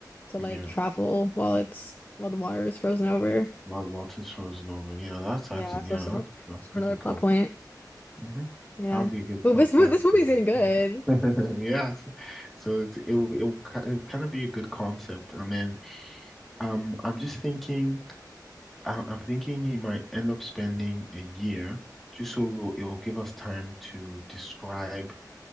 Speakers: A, on the left; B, in the centre.
A: to
B: Yeah.
A: like travel while it's while the water is frozen over.
B: While water's frozen over. Yeah, that's
A: Yeah,
B: actually,
A: so
B: yeah,
A: super,
B: that's, that's
A: super
B: pretty
A: another plot
B: cool.
A: point.
B: hmm
A: Yeah.
B: That'll be a good
A: Well,
B: plot
A: this mo-
B: point.
A: this movie's
B: to-
A: getting good.
B: <laughs> Yeah. So, so it's, it will it will it'll kind of be a good concept. And then um I'm just thinking I, I'm thinking he might end up spending a year just so it'll, it'll give us time to describe